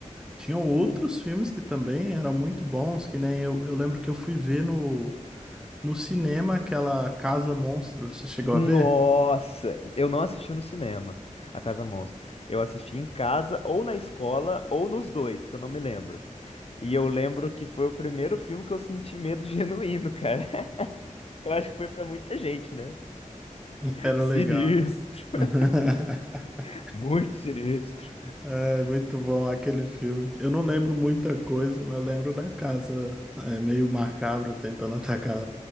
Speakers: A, in the centre; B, on the left.
A: tinham outros filmes que também eram muito bons, que nem eu, eu lembro que eu fui ver no no cinema aquela Casa Monstro. Você chegou
B: Nossa,
A: a ver?
B: eu não assisti no cinema, A Casa Monstro. Eu assisti em casa, ou na escola, ou nos dois, que eu não me lembro. E eu lembro que foi o primeiro filme que eu senti medo genuíno, cara. <laughs> Eu acho que foi pra muita gente, né?
A: Era
B: Sinistro,
A: legal. <laughs>
B: <laughs> muito sinistro.
A: É muito bom aquele filme. Eu não lembro muita coisa, mas eu lembro da casa é, meio macabra tentando <laughs> atacar